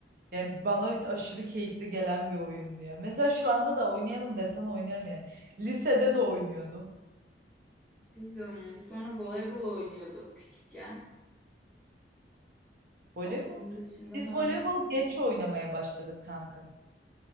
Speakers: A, on the right; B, in the centre.
A: Yani bana aşırı keyifli gelen bir oyundu ya. Mesela şu anda da oynayalım desen oynarım yani. Lisede de oynuyordum.
B: biz de oynuyorduk sonra voleybol oynuyorduk küçükken. Onun
A: Voleybol.
B: dışında
A: Biz
B: ha
A: voleybol geç oynamaya başladık kanka.